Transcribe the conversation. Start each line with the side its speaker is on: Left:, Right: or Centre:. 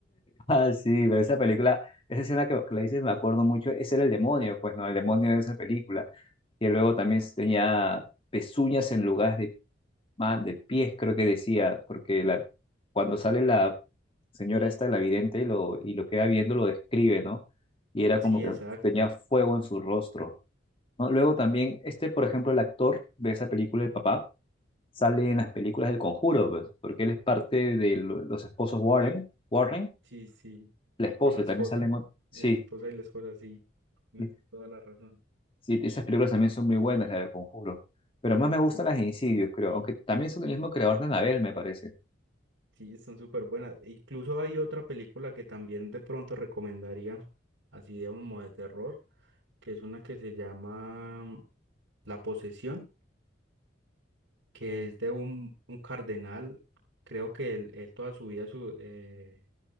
Left: Ah, sí, pero esa película, esa escena que, que le dices, me acuerdo mucho, ese era el demonio, pues, ¿no? El demonio de esa película. Y luego también tenía pezuñas en lugar de, ma- de pies, creo que decía, porque la, cuando sale la señora esta, la vidente, y lo, y lo queda viendo, lo describe, ¿no? Y era
Right: Sí,
Left: como que
Right: exacto.
Left: tenía fuego en su rostro, ¿no? Luego también, este, por ejemplo, el actor de esa película, el papá, sale en las películas del Conjuro, pues, porque él es parte de lo- los esposos Warren, Warren,
Right: Sí, sí.
Left: la esposa,
Right: Con la
Left: y
Right: esposa,
Left: también salen. ot- Sí,
Right: la esposa y la esposa, sí. Tienes
Left: sí,
Right: toda la razón.
Left: sí, esas películas también son muy buenas, la del Conjuro. Pero más me gustan las de Insidious, creo. Aunque también son del mismo creador de Annabelle, me parece.
Right: Sí, son súper buenas. Incluso hay otra película que también de pronto recomendaría, así digamos, como de terror, que es una que se llama mm, La Posesión, que es de un, un cardenal. Creo que él, él toda su vida su- eh,